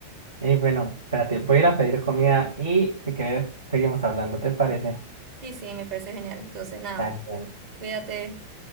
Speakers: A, on the right; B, on the right.
A: Y bueno, espérate, voy a ir a pedir comida y si quieres seguimos hablando, ¿te parece?
B: Sí, sí, me parece genial. Entonces, nada,
A: Dale, dale.
B: cuídate.